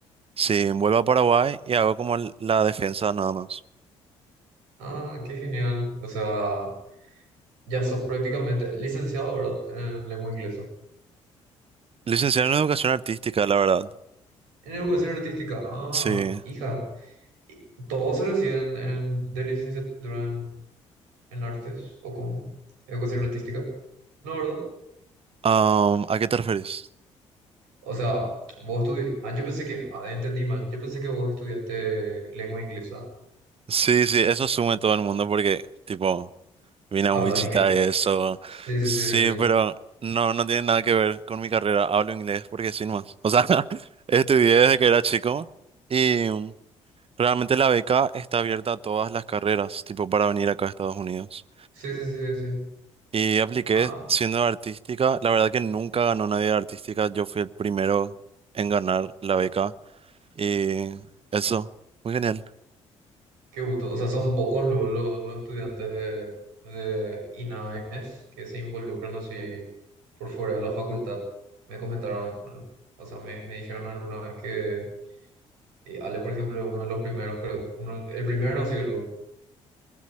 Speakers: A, on the right; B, on the right.
A: si vuelvo a Paraguay y hago como la defensa nada más.
B: Ah, qué genial. O sea, ya sos prácticamente licenciado, ¿verdad? En lengua inglesa.
A: Licenciado en Educación Artística, la verdad.
B: En educación artística. Ah,
A: Sí.
B: hija, ¿y ¿todos se reciben en- de licenciatura en, en artes o cómo? Educación artística. No, ¿verdad?
A: Um, ¿a qué te refieres?
B: O sea, vos estudiaste. Ah, yo pensé que. Ah, entendí mal. Yo pensé que vos estudiaste lengua inglesa.
A: Sí, sí, eso asume todo el mundo porque, tipo, vine
B: Hablas
A: a Wichita
B: inglés.
A: y eso.
B: Sí, sí,
A: Sí,
B: sí, sí.
A: pero
B: sí.
A: no, no tiene nada que ver con mi carrera. Hablo inglés porque sin más. O sea, <laughs> estudié desde que era chico y um, realmente la beca está abierta a todas las carreras, tipo, para venir acá a Estados Unidos.
B: Sí, sí, sí, sí.
A: Y apliqué
B: Ah,
A: siendo de artística. La verdad que nunca ganó nadie de artística. Yo fui el primero en ganar la beca y eso, muy genial.
B: qué gusto. O sea, son pocos luego los, los estudiantes de, de INAES que se involucran así por fuera de la facultad. Me comentaron, o sea, me, me dijeron alguna vez que y Ale, por ejemplo, uno de los primeros, creo. Uno, el primero no sé luego.